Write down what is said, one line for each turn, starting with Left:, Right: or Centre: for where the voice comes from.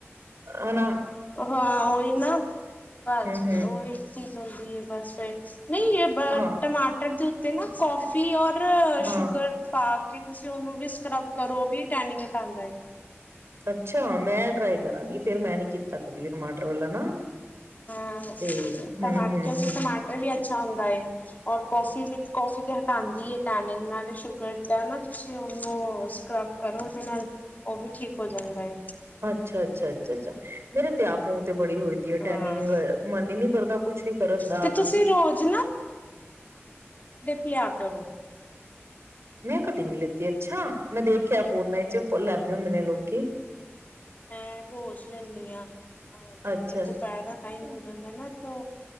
Right: ਹੈ ਨਾ।
Left: ਹਾਂ ਉਹੀ ਨਾ ਬਸ
Right: ਹੂੰ
Left: ਉਹੀ ਚੀਜ਼ ਹੁੰਦੀ। ਜ ਬਸ ਫਿਰ ਨ੍ਹੀਂ ਇਹ ਬ
Right: ਹਾਂ
Left: ਟਮਾਟਰ ਦੇ ਉ ਤੇ ਨਾ ਕੌਫੀ ਔਰ
Right: ਹਾਂ
Left: ਸ਼ੂਗਰ ਪਾ ਕੀ ਤੁਸੀਂ ਉਹਨੂੰ ਵੀ ਸਕ੍ਰੱਬ ਕਰੋ ਵੀ ਟੇਨਿਂਗ ਹਟਾਂਦਾ ਐ।
Right: ਅੱਛਾ ਮੈਂ ਟਰਾਈ ਕਰਾਂਗੀ ਫੇਰ ਮੈਂ ਨੀ ਕੀਤਾ ਕਦੀ ਟਮਾਟਰ ਵਾਲਾ ਨਾ।
Left: ਹਾਂ
Right: ਤੇ ਹੂੰ
Left: ਟਮਾਟਰ
Right: ਹੂੰ
Left: ਕਿਉਂਕਿ
Right: ਹੂੰ
Left: ਟਮਾਟਰ ਵੀ ਅ ਅੱਛਾ ਹੁੰਦਾ ਐ। ਔਰ ਕੌਫੀ ਵੀ ਕੌਫੀ ਤੇ ਆਂਦੀ ਐ, ਟੈਨਿੰਗ ਨਾਲ ਸ਼ੂਗਰ ਦਾ ਨਾ ਤੁਸੀਂ ਉਹਨੂੰ ਸਕਰੱਬ ਕਰੋ ਉਹਦੇ ਨਾਲ ਉਹ ਵੀ ਠੀਕ ਹੋ ਜਾਂਦਾ।
Right: ਅੱਛਾ ਅੱਛਾ ਅੱਛਾ ਅੱਛਾ ਮੇਰਾ ਤੇ ਆਪ ਮੁ ਬੜੀ ਹੋਈ ਦੀ ਐ,
Left: ਹਾਂ
Right: ਟੈਨਿੰਗ ਮਨ ਈ ਨੀਂ ਕਰਦਾ ਕੁਛ ਵੀ ਕਰਨ ਦਾ
Left: ਤੇ
Right: ਕਿਉਂਕਿ
Left: ਤੁਸੀਂ ਰੋਜ਼ ਕਿਆ ਕਰੋ
Right: ਮੈਂ ਕਦੇ ਨਹੀਂ ਲੈਤੀ ਅੱਛਾ ਮੈਂ ਦੇਖਿਆ ਫੋਨਾਂ ਚ ਲੈਂਦੇ ਹੁੰਦੇ ਨੇ ਲੋਕੀ
Left: ਮੈਂ ਰੋਜ਼ ਲੈਂਦੀ ਆਂ, ਅਹ ਜਿਵੇਂ
Right: ਅੱਛਾ
Left: ਦੁਪਹਿਰ ਟਾਈਮ ਹੋ ਜਾਂਦਾ ਨਾ ਤੋ